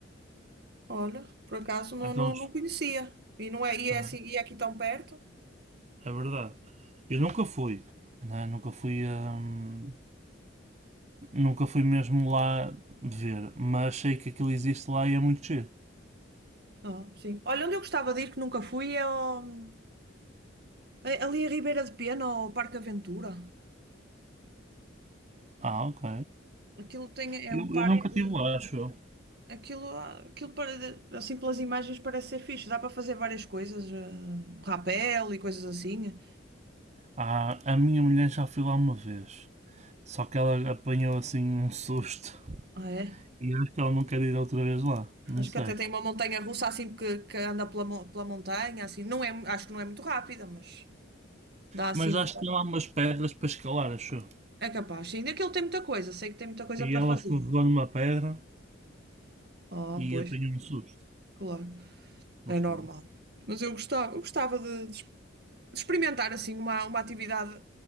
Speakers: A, on the right (about 55°); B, on the right (about 35°).
A: Olha, por acaso não,
B: Então,
A: não, não conhecia. E não é, e é,
B: ah,
A: assim- e é aqui tão perto?
B: é verdade. Eu nunca fui, né? Nunca fui, hum, Nunca fui mesmo lá ver, mas sei que aquilo existe lá e é muito giro.
A: Ah, sim. Olha, onde eu gostava de ir que nunca fui é ao- é ali em Ribeira de Pena, ao Parque Aventura.
B: Ah, ok.
A: Aquilo tem, é
B: Eu,
A: um parque
B: eu nunca
A: de,
B: estive lá, acho eu.
A: aquilo, aquilo para, assim pelas imagens parece ser fixe. Dá para fazer várias coisas, eh, rapel e coisas assim.
B: Ah, a minha mulher já foi lá uma vez. Só que ela apanhou assim um susto.
A: Ah, é?
B: E acho que ela não quer ir outra vez lá. Não
A: Acho
B: sei.
A: que até tem uma montanha russa assim que, que anda pela, mon- pela montanha, assim. Não é, acho que não é muito rápida, mas dá assim.
B: Mas acho
A: para-
B: que tem lá umas pedras para escalar, acho eu.
A: É capaz, sim. Aquilo tem muita coisa, sei que tem muita coisa
B: E
A: para
B: ela
A: fazer.
B: escorregou numa pedra
A: Ah,
B: e
A: pois,
B: apanhou um susto.
A: claro,
B: Mas
A: é normal.
B: pronto.
A: Mas eu gostava, eu gostava de, de experimentar assim uma, uma atividade